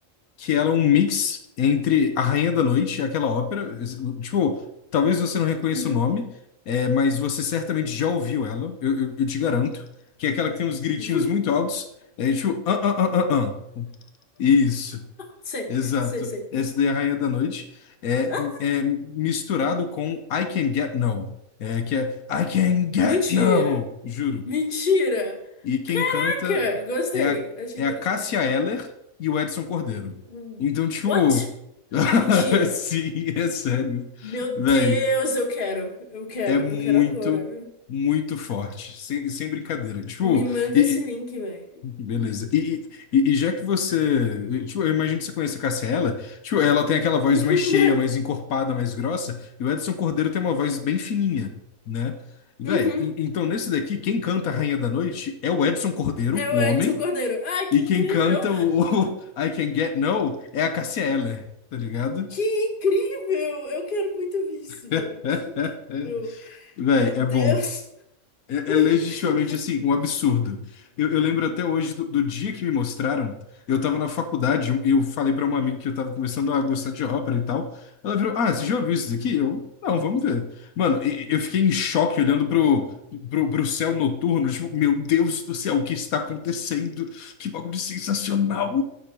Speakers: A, on the left (about 85°); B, on the left (about 40°).
A: que ela é um mix entre A Rainha da Noite, aquela ópera. Tipo, talvez você não reconheça
B: Uhum.
A: o nome, é, mas você certamente já ouviu ela, eu, eu- eu te garanto. Que é aquela que tem uns gritinhos
B: <laughs>
A: muito altos. É tipo, ah, ah, ah, ah, ah. Isso,
B: Sei,
A: exato.
B: sei, sei.
A: Essa daí é a Rainha da Noite. É,
B: Ah?
A: é misturado com I Can Get No. É, que é I Can Get
B: Mentira!
A: No, juro.
B: Mentira!
A: E quem
B: Caraca!
A: canta
B: Gostei.
A: é a,
B: Achei
A: é
B: interessante.
A: a Cássia Eller e o Edson Cordeiro.
B: Hum,
A: Então, tipo.
B: What?
A: <laughs>
B: Mentira!
A: Sim, é sério.
B: Meu Deus,
A: Velho,
B: eu quero! Eu quero,
A: é muito,
B: eu quero agora.
A: muito forte. Sem, sem brincadeira. Tipo,
B: Me manda
A: e-
B: esse
A: e-
B: link, velho.
A: beleza. E, e, e- e já que você. Tipo, eu imagino que você conhece a Cássia Eller. Tipo, ela tem aquela voz
B: <laughs>
A: mais cheia, mais encorpada, mais grossa. E o Edson Cordeiro tem uma voz bem fininha, né? Véi,
B: Uhum.
A: en- então nesse daqui, quem canta a Rainha da Noite é o Edson Cordeiro,
B: É
A: o
B: o Edson
A: homem.
B: Cordeiro. Ai, que
A: E
B: incrível!
A: quem canta o, o <laughs> I Can Get No é a Cássia Eller, tá ligado?
B: Que incrível! Eu quero muito ver isso,
A: <laughs>
B: velho. Que incrível!
A: Véi,
B: Meu
A: é
B: Deus!
A: bom. É, é legitimamente,
B: <laughs>
A: assim, um absurdo. Eu, eu lembro até hoje do, do dia que me mostraram. Eu tava na faculdade e eu falei pra uma amiga que eu tava começando a gostar de ópera e tal. Ela virou, ah, você já ouviu isso daqui? Eu, não, vamos ver. Mano, e- eu fiquei em choque olhando pro, pro, pro céu noturno. Tipo, meu Deus do céu, o que está acontecendo? Que bagulho sensacional!